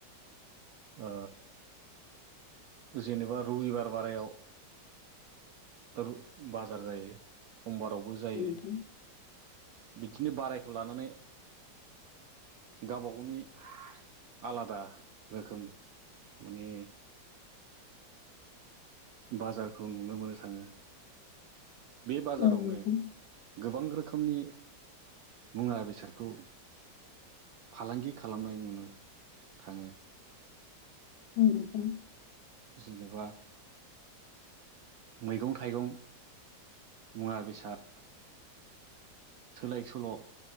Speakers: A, on the right (about 70°); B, on the left (about 70°).
A: ओ जेनेबा रबिबार बारायाव र बाजार जायो समबारावबो जायो।
B: नोंथां
A: बिदिनो बारायखौ लानानै गावबा गावनि आलादा रोखोम माने बाजारखौ नुनो मोनो थाङो। बे बाजारावनो
B: औ नोंथां
A: गोबां रोखोमनि मुवा बेसादखौ फालांगि खालामनाय नुनो थाङो।
B: औ‌ नोंथां।
A: जिनबा। मैगं थाइगं मुवा बेसाद। सोलाय सोल'